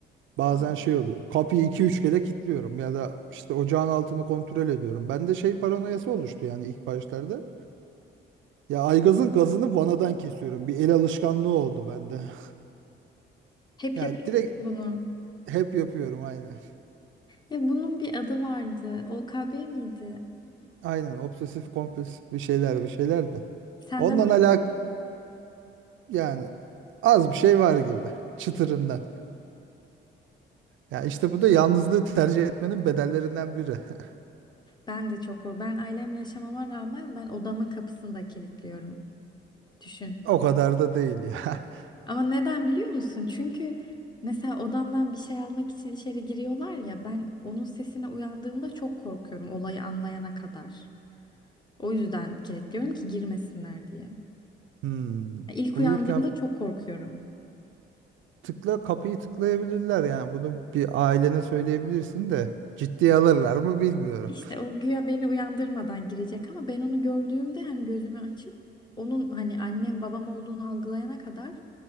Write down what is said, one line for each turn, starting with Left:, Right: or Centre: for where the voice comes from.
Right: Bazen
Left: Aa.
Right: şey oluyor. Kapıyı iki üç kere kilitliyorum ya da işte ocağın altını kontrol ediyorum. Bende şey paranoyası oluştu yani ilk başlarda. Ya aygazın gazını vanadan kesiyorum. Bir el alışkanlığı oldu bende. <laughs>
Left: Hep
Right: Ya
Left: yapıyor
Right: direkt
Left: musun bunu?
Right: hep yapıyorum aynı.
Left: Ya bunun bir adı vardı. OKB miydi?
Right: Aynen Aynen, obsesif kompulsif bir şeyler bir şeyler de.
Left: Sende
Right: Ondan
Left: var
Right: alak
Left: mı?
Right: Yani az bir şey var gibi çıtırından. Ya işte bu da yalnızlığı tercih etmenin bedellerinden biri. <laughs>
Left: Ben de çok korkuyorum. Ben ailemle yaşamama rağmen ben odamın kapısını da kilitliyorum. Düşün.
Right: O kadar da değil ya. <laughs>
Left: Ama neden biliyor musun? Çünkü mesela odamdan bir şey almak için içeri giriyorlar ya ben onun sesine uyandığımda çok korkuyorum olayı anlayana kadar. O yüzden kilitliyorum ki girmesinler diye.
Right: Hmm.
Left: İlk
Right: Uyurken
Left: uyandığımda çok korkuyorum.
Right: tıkla kapıyı tıklayabilirler yani bunu bir ailene söyleyebilirsin de ciddiye alırlar mı bilmiyorum.
Left: İşte o güya beni uyandırmadan girecek ama ben onu gördüğümde hani gözümü açıp onun hani annem babam olduğunu algılayana kadar